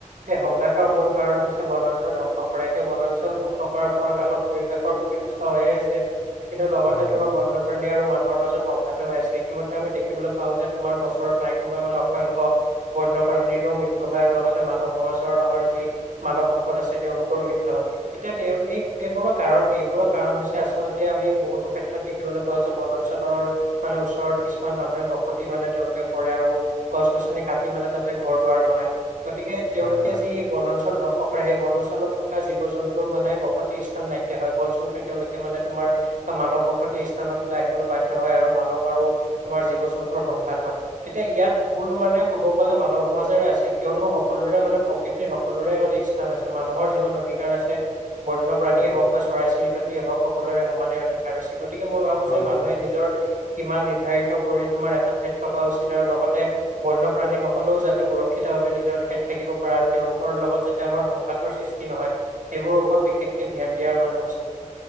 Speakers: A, on the right; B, on the left.
A: সেই সংঘাতৰ মূল কাৰণ হৈছে বনাঞ্চল ধ্বংস কৰা। এতিয়া বনাঞ্চল ধ্বংস কৰাৰ ফলত আমাৰ পৰিৱেশৰ সু হৈয়ে আছে। কিন্তু লগতে
B: হয়
A: তোমাৰ
B: হয়
A: বন্য কাৰণে আৰু মানুহৰ মাজত সংঘাত হৈ আছে। ইতিমধ্যে আমি দেখিবলৈ পাওঁ যে তোমাৰ বছৰত নাই কমেও মানে অসংখ্য বন্যপ্ৰাণীৰো মৃত্যু হোৱাৰ লগতে মাধৱ সমাজৰ আমাৰ যি মানৱ সম্পদ আছে তেওঁলোকৰো মৃত্যু হয়। এতিয়া তেওঁ এই এইবোৰৰ কাৰণ কি এইবোৰক কাৰণ হৈছে আচলতে আমি বহুতো ক্ষেত্ৰত দেখিবলৈ পাওঁ যে বনাঞ্চলৰ মানে ওচৰত কিছুমান মানুহে বসতি মানে তেওঁলোকে কৰে আৰু গছ-গছনি কাটি মানে তাতে ঘৰ দুৱাৰ বনাই। গতিকে তেওঁলোকে
B: হয় হয়
A: যি বনাঞ্চল ধ্বংস কৰে। সেই বনাঞ্চলত থকা জীৱ-জন্তুৰ মানে বসতি স্থান নাইকিয়া হয়। ফল তেওঁলোকে মানে তোমাৰ মানৱ বসতি স্থানত ওলাই আহিবলৈ বাধ্য হয় আৰু <unintelligible> আৰু তোমাৰ জীৱ-জন্তুৰ সংঘাত হয়। এতিয়া ইয়াত ভুল মানে ক'ব গ'লে মানৱ সমাজেৰে আছে। কিয়নো সকলোৰে মানে প্ৰকৃতি সকলোৰে মানে স্থান আছে। মানুহৰ যিমান অধিকাৰ আছে, বন্যপ্ৰাণীয়ে
B: হয়
A: হওক
B: হয় হয়
A: বা চৰাই-চিৰিকাটিয়ে হওক সকলোৰে সমানে অধিকাৰ আছে। গতিকে মই ভাবো
B: হয়
A: যে মানুহে নিজৰ সিমান নিৰ্ধাৰিত কৰি তোমাৰ এটা ঠাইত থকা উচিত আৰু লগতে বন্যপ্ৰাণীসকলেও যাতে সুৰক্ষিতভাৱে নিজৰ ঠাইত থাকিব পাৰে আৰু তেওঁলোকৰ লগত যাতে আমাৰ সংঘাতৰ সৃষ্টি নহয়। সেইবোৰৰ ওপৰত বিশেষকে ধ্যান দিয়াৰ মানে উচ